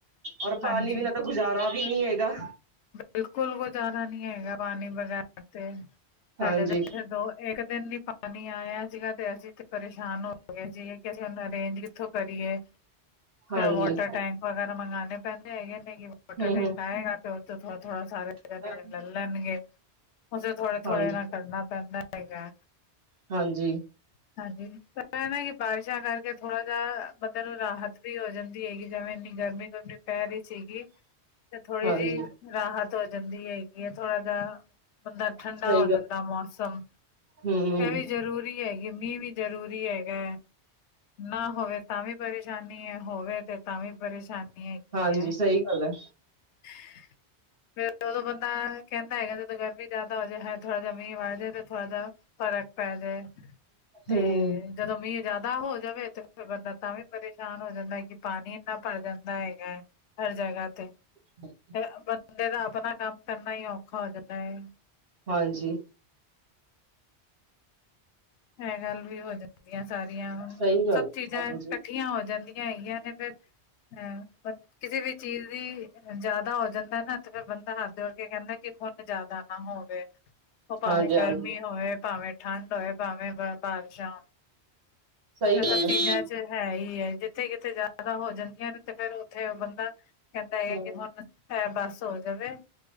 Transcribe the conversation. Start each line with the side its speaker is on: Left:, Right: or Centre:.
Right: ਔਰ ਪਾਨੀ
Left: ਹਾਂਜੀ
Right: ਬਿਨਾ ਤਾਂ ਗੁਜ਼ਾਰਾ ਵੀ ਨਹੀਂ ਹੈਗਾ
Left: ਬਿਲਕੁਲ ਗੁਜ਼ਾਰਾ ਨੀ ਹੈਗਾ ਪਾਣੀ ਬਗੈਰ ਤੇ, ਸਾਡੇ
Right: ਹਾਂਜੀ
Left: ਤੇ ਇਥੇ ਦੋ ਇੱਕ ਦਿਨ ਲਈ ਪਾਣੀ ਆਇਆ ਹਰ ਜਗਾ ਅਸੀਂ ਤੇ ਪਰੇਸ਼ਾਨ ਹੋਣਗੇ ਠੀਕ ਇੰਨਾ ਅਰੇਂਜ ਕਿੱਥੋਂ ਕਰੀਏ
Right: ਹਾਂਜੀ
Left: ਫੇਰ ਵਾਟਰ ਟੈਂਕ ਵਗੈਰਾ ਮੰਗਵਾਉਣੇ ਪੈਂਦੇ ਹੈਗੇ ਨਹੀਂ ਵੋਟਰ
Right: ਹਮ
Left: ਟੈਂਕ ਆਏਗਾ ਉਹ ਥੋੜਾ- ਥੋੜਾ ਸਾਰੇ
Right: ਹਮ
Left: ਜਾਣੇ ਲੈਣਗੇ, ਉਸੇ ਥੋੜੇ ਥੋੜੇ
Right: ਹਾਂਜੀ
Left: ਨਾਲ ਕਰਨਾ ਪੈਂਦਾ ਹੈਗਾ
Right: ਹਾਂਜੀ
Left: <inaudible> ਹਾਂਜੀ ਪਰ ਐਂਵੇ ਕਿ ਬਾਰਿਸ਼ਾਂ ਕਰਕੇ ਥੋੜਾ ਜਿਹਾ ਬੰਦੇ ਨੂੰ ਰਾਹਤ ਵੀ ਹੋ ਜਾਂਦੀ ਹੈਗੀ ਜਿਵੇਂ ਇੰਨੀ ਗਰਮੀ ਆਪਣੀ ਪੈ ਸੀਗੀ ਤੇ ਥੋੜ੍ਹੀ
Right: ਹਾਂਜੀ
Left: ਜਿਹੀ ਰਾਹਤ ਹੋ ਜਾਂਦੀ ਹੈਗੀ ਇਹ ਥੋੜਾ ਜਿਹਾ ਬੰਦਾ ਠੰਡਾ
Right: ਸਹੀ
Left: ਹੋ
Right: ਗੱਲ
Left: ਜਾਂਦਾ ਮੌਸਮ
Right: ਹਮ
Left: ਐਹ ਵੀ ਜ਼ਰੂਰੀ ਹੈਗੀ ਮੀਂਹ ਵੀ ਜ਼ਰੂਰੀ ਹੈਗਾ ਨਾ ਹੋਵੇ ਤਾਂ ਵੀ ਪਰੇਸ਼ਾਨੀ ਹੈ ਹੋਵੇ ਤੇ ਤਾਂ ਵੀ ਪਰੇਸ਼ਾਨੀ ਹੈਗੀ
Right: ਹਾਂਜੀ
Left: ਹੈ।
Right: ਸਹੀ ਗੱਲ
Left: <inaudible> ਫਿਰ ਉਦੋਂ ਬੰਦਾ ਕਹਿੰਦਾ ਹੈਗਾ ਜਦੋਂ ਗਰਮੀ ਜ਼ਿਆਦਾ ਹੋ ਜਾਏ ਹੈ ਥੋੜ੍ਹਾ ਜਿਹਾ ਮੀਂਹ ਵੜ ਜਾਏ ਤੇ ਥੋੜਾ ਜਿਹਾ ਫਰਕ ਪੈ ਜਾਏ ਤੇ
Right: ਹਮ
Left: ਜਦੋਂ ਮੀਂ ਜ਼ਿਆਦਾ ਹੋ ਜਾਵੇ ਤੇ ਫ਼ਿਰ ਬੰਦਾ ਵੀ ਪਰੇਸ਼ਾਨ ਹੋ ਜਾਂਦਾ ਹੈ ਕਿ ਪਾਣੀ ਇੰਨਾ ਭਰ ਜਾਂਦਾ ਹੈਗਾ ਹਰ ਜਗ੍ਹਾ ਤੇ
Right: <inaudible>
Left: ਫੇਰ ਬੰਦੇ ਦਾ ਆਪਣਾ ਕੰਮ ਕਰਨਾ ਹੀ ਔਖਾ ਹੋ ਜਾਂਦਾ ਏ
Right: ਹਾਂਜੀ
Left: ਐਹ ਗੱਲ ਵੀ ਹੋ ਜਾਂਦੀਆਂ ਸਾਰੀਆਂ,
Right: ਸਹੀ ਗੱਲ
Left: ਸਭ ਚੀਜ਼ਾਂ
Right: ਹਾਂਜੀ
Left: ਇਕਠ ਇਕੱਠੀਆਂ ਹੋ ਜਾਂਦੀਆਂ ਹੈਗੀਆਂ ਨੇ, ਫੇਰ ਅਹ ਪਰ ਕਿਸੇ ਵੀ ਚੀਜ਼ ਦੀ ਜਿਆਦਾ ਹੋ ਜਾਂਦਾ ਨਾ ਤੇ ਫੇਰ ਬੰਦਾ ਹੱਥ ਜੋੜ ਕੇ ਕਹਿੰਦਾ ਕਿ ਹੁਣ ਜ਼ਿਆਦਾ ਨਾ ਹੋਵੇ, ਉਹ ਭਾਵੇਂ
Right: ਹਾਂਜੀ
Left: ਗਰਮੀ
Right: ਹਾਂਜੀ
Left: ਹੋਵੇ ਭਾਵੇਂ ਠੰਡ ਹੋਏ, ਭਾਵੇਂ ਬਾਰਿਸ਼ਾਂ
Right: ਸਹੀ
Left: ਇਹ
Right: ਗੱਲ
Left: ਸਭ ਚੀਜ਼ਾਂ
Right: ਹੈ
Left: ਹੈ ਹੀ ਹੈ। ਜਿੱਥੇ ਕਿਥੇ ਜ਼ਿਆਦਾ ਹੋ ਜਾਂਦੀਆਂ ਨੇ, ਤੇ ਫੇਰ ਉੱਥੇ ਉਹ ਬੰਦਾ ਕਹਿੰਦਾ ਹੈਗਾ,
Right: ਹਮ
Left: ਕਿ ਹੁਣ ਹੈ ਬਸ ਹੋ ਜਾਵੇ